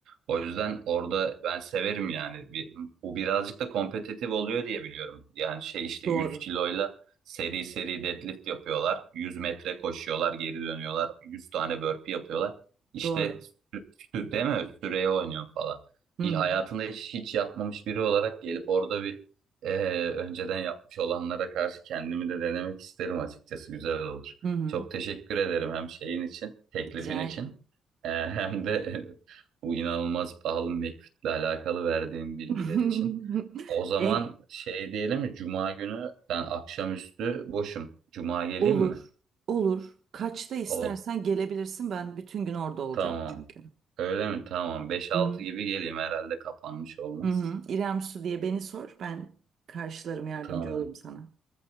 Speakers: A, on the right; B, on the right.
A: O yüzden orada ben severim yani. Bir, bu birazcık da kompetitif oluyor diye biliyorum. Yani şey işte
B: Doğru.
A: 100 kiloyla seri seri deadlift yapıyorlar. 100 metre koşuyorlar, geri dönüyorlar. 100 tane burpee yapıyorlar. İşte
B: Doğru.
A: sü- sü- değil mi? Süreye oynuyor falan.
B: Hı
A: Bir
B: hı.
A: hayatında hiç, hiç yapmamış biri olarak gelip orada bir eee, önceden yapmış olanlara karşı kendimi de denemek isterim açıkçası. Güzel olur.
B: Hı hı.
A: Çok teşekkür ederim hem şeyin için, teklifin
B: Rica
A: için,
B: ederim.
A: e, hem de <laughs> bu inanılmaz pahalı McFit'le alakalı verdiğim bilgiler
B: <laughs>
A: için. O zaman
B: En-
A: şey diyelim mi? Cuma günü ben akşamüstü boşum. Cuma geleyim
B: Olur,
A: mi?
B: olur. Kaçta istersen
A: O
B: gelebilirsin. Ben bütün gün orada olacağım
A: tamam.
B: çünkü.
A: Öyle mi? Tamam. Beş altı
B: Hı hı.
A: gibi geleyim herhalde kapanmış olmaz.
B: Hı hı. İrem Su diye beni sor. Ben karşılarım, yardımcı
A: Tamam.
B: olurum sana.